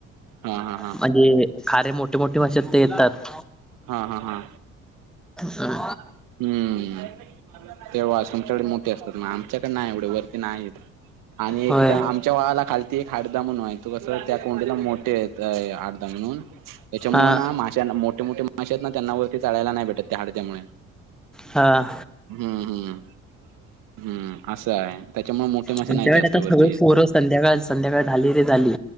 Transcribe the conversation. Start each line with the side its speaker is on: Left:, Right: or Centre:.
Right: हा हा हा.
Centre: म्हजे खारे मोठे मोठे भासे ते येतात
Right: हा हा हा
Centre: अम
Right: हम्म तेव्हा तुमच्याकडे मोठे असतात नाम च्या नाही एवढे वरती नाही आणि एक
Centre: होय
Right: तर आमच्या वला खालती एक हादा म्हणयच तू कस त्या कोंडीला मोठे येत अर्ध म्हणून त्याच्यामुळे
Centre: हा
Right: मा मोठे मोठे माणसे आहेत ना त्यांना वरतीचाायला नाही भेटत त्या हड्यामुळे
Centre: हां
Right: हम्म हम्म हम्म असं आहे त्याच्यामुळे मोठे
Centre: आमच्याकडे
Right: मासे नाहीत जास्त
Centre: आता
Right: वरती
Centre: सगळं
Right: येत
Centre: पोहरं संध्याकाळ संध्याकाळ झाली रे झाली